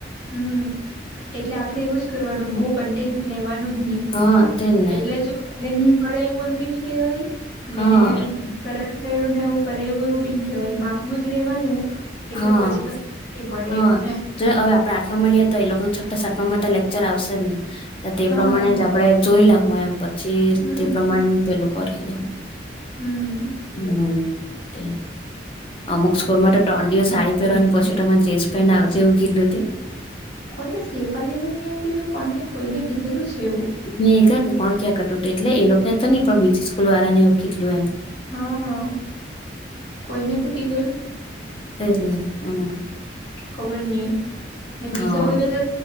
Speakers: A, on the left; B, on the left.
A: હમ એટલે આપડે યુજ કરવાનું બહુ કન્ટેન લેવાનું જ નહીિ.
B: હા તેજને
A: એટલે જો એટલે નહી ગાય એવું એમ બી ન કેવાય ને.
B: હા
A: કરાવી કું ને આવું કરાવું એવું બીન કેવાય માપનું જ રેવાનું. એટલે
B: હા
A: પછી કઈ નહી પડે
B: હા
A: એમ હે
B: જો હવે આપડા <inaudible> મળી તો એ લોકોને છોટા સાટ માટે લેક્ચર આવશે ને. તે
A: હા
B: પ્રમાણે જ આપડે જોઈ લ હું એમ પછી
A: હમ
B: તે પ્રમાણે પેલું કરી લઉ.
A: હમ <inaudible>
B: હમ તે અમુક સ્કૂલમાં તો ટોંડીઓ સાડી પહેરવાની પછી. ચેસેન્ જેું ક લું <inaudible>
A: કોને શેફાલી ને એવું કીધું કોણને કોઈને કીધેલું છે એવું.
B: મે કે કોણ ક્યાં કેતુત એટલે એ લોકો ને તો નહી પણ બીજી સ્કૂલ વાળા ને એવું કીધું એમ.
A: હા. કોઈને તો કીધેલુ.
B: તેજ ને હમ
A: ખબર નહી બીજા
B: હા
A: બધા